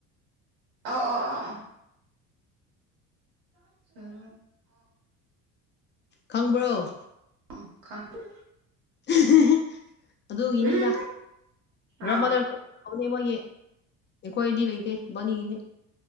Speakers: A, on the right (about 85°); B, on the left (about 30°).
A: ꯑꯣ ꯑꯣ ꯑꯣ꯫ <unintelligible>
B: ꯈꯪꯕ꯭ꯔꯣ꯫
A: ꯎꯝ ꯈꯪꯉꯦ꯫
B: <unintelligible> ꯑꯗꯨꯒꯤꯅꯤꯗ
A: ꯈꯪꯉꯦ
B: ꯒ꯭ꯔꯃꯗꯔ
A: ꯑꯥ
B: ꯀꯧꯕꯅꯤ ꯃꯣꯏꯒꯤ꯫ ꯑꯩꯈꯣꯏꯗꯤ ꯂꯩꯇꯦ ꯏꯕꯅꯤꯒꯤꯅꯦ꯫